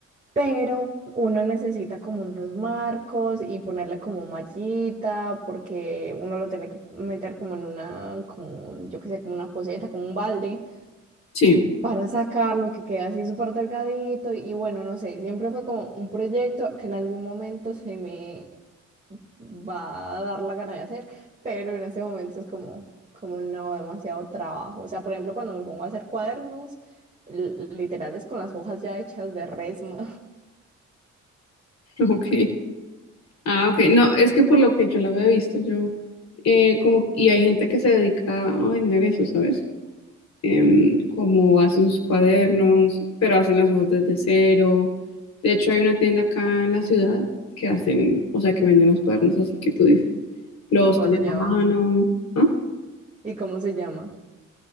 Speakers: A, on the right (about 25°); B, on the left (about 60°).
A: pero uno necesita como unos marcos y ponerle como mallita porque uno lo tiene que meter como en una, como yo qué sé, como una poceta, como un balde
B: Sí.
A: para sacarlo y que quede así súper delgadito. Y bueno, no sé, siempre fue como un proyecto que en algún momento se me va a dar la gana de hacer, pero en ese momento es como, como no, demasiado trabajo. O sea, por ejemplo, cuando me pongo a hacer cuadernos, l- literales con las hojas ya hechas de resma.
B: <laughs> Ok. Ah, ok. No, es que por lo que yo la había visto, yo, eh, como, y hay gente que se dedica a vender eso, ¿sabes? Em, como hacen sus cuadernos, pero hacen las hojas desde cero. De hecho, hay una tienda acá en la ciudad que hacen, o sea, que venden los cuadernos, así que tú dices,
A: <laughs>
B: los
A: ¿Y cómo
B: hacen
A: se llama?
B: a mano, ¿ah?
A: ¿Y cómo se llama?